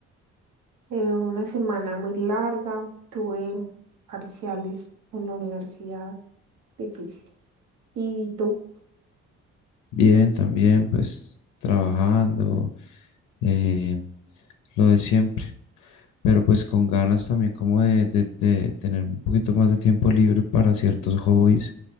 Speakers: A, on the right; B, on the left.
A: eh, una semana muy larga, tuve parciales en la universidad difíciles. ¿Y tú?
B: Bien, también, pues trabajando, eh, lo de siempre, pero pues con ganas también como de, de- de tener un poquito más de tiempo libre para ciertos hobbies,